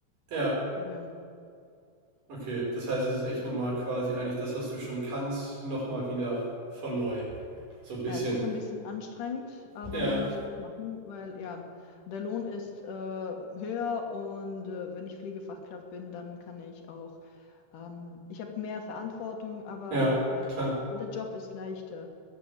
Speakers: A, on the right; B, on the left.
A: ja.
B: Und ja,
A: Okay. Das heißt, es ist echt nochmal quasi eigentlich das, was du schon kannst, nochmal wieder von neu. So ein bisschen.
B: ja, es ist ein bisschen anstrengend, aber
A: Ja,
B: man muss das machen, weil ja, der Lohn ist äh, höher und äh, wenn ich Pflegefachkraft bin, dann kann ich auch, ähm, ich habe mehr Verantwortung, aber
A: ja,
B: ja,
A: klar.
B: der Job ist leichter.